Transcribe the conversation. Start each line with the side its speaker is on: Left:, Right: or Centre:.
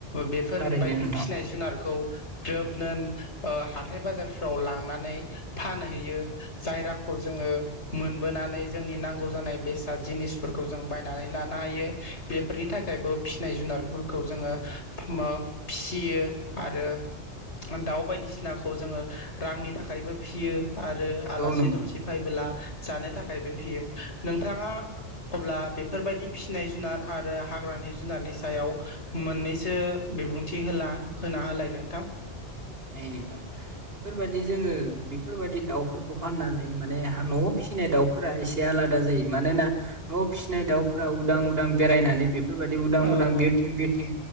Left: बेफोरबायदि
Right: थारैनो नोंथां
Left: फिसिनाय जुनारखौ ग्रोबनो ओ हाथाय बाजारफ्राव लांनानै फानहैयो जाय रांखौ जोङो मोनबोनानै जोंनि नांगौ जानाय बेसाद जिनिसफोरखौ जों बायनानै लानो हायो बेफोरनि थाखायबो फिसिनाय जुनारफोरखौ जोङो मो फिसियो आरो दाउ बायदिसिनाखौ जोङो रांनि थाखायबो फिसियो। आरो आला
Right: औ
Left: सि
Right: नोंथां
Left: दुमसि फायबोला जानो थाखायबो फियो। नोंथाङा अब्ला बेफोरबायदि फिसिनाय जुनार आरो हाग्रानि जुनारनि सायाव मोननैसो बिबुंथि होला होना होलाय नोंथां
Right: नै नोंथां बेफोरबादि जोङो बेफोरबादि दाउफोरखौ फानना नै माने हा न'आव फसिनाय दाउ फोरा एसे आलादा जायो मानोना न'आव फिसिनाय दाउफोरा उदां उदां बेरायनानै बेफोरबादि उदां
Left: औ
Right: उदां
Left: औ
Right: बिरथिं बिरथिं